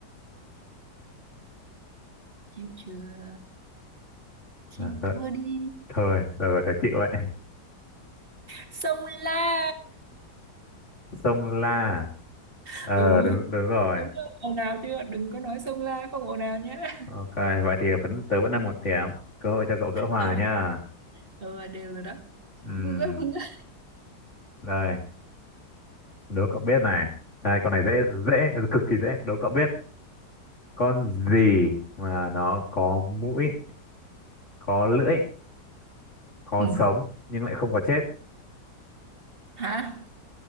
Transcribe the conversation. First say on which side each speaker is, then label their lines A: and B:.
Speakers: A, on the right; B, on the left.
A: chịu chưa? Chịu
B: À, thôi,
A: thua đi.
B: thôi, đời tớ chịu vậy.
A: sông La
B: Sông La.
A: <laughs>
B: Ờ
A: ừ
B: đúng đúng rồi.
A: đúng rồi ồn ào chưa đừng có nói sông La không ồn ào nhé <laughs>
B: Ok, vậy thì vẫn tớ vẫn là một điểm. Cơ hội cho cậu gỡ hòa
A: ừ,
B: nha.
A: ừ đều rồi đó
B: Ừm,
A: vui quá vui quá
B: đây, đố cậu biết này. Đây, con này dễ dễ cực kỳ dễ. Đố cậu biết con gì mà nó có mũi, có lưỡi có
A: ừ.
B: sống nhưng lại không có chết
A: hả